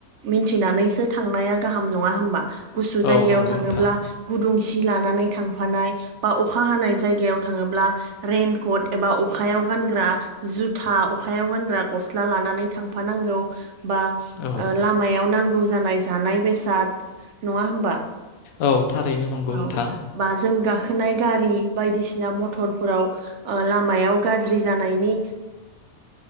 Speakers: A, on the right; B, on the left.
A: मिथिनानैसो थांनाया गाहाम नङा होमबा? गुसु
B: औ
A: जायगायाव
B: नंगौ
A: थाङोब्ला
B: नोंथां
A: गुदुं सि लानानै थांफानाय बा अखा हानाय जायगायाव थाङोबा रैन क'ट एबा अखायाव गानग्रा जुथा अखायाव गानग्रा गस्ला लानानै थांफानांगौ बा
B: औ
A: लामायाव नांगौ जानाय जानाय बेसाद नङा होमबा?
B: औ थारैनो नंगौ
A: औ
B: नोंथां
A: बा जों गा खोनाय गारि बायदिसिना मथरफोराव लामायाव गाज्रि जानायनि
B: <inaudible>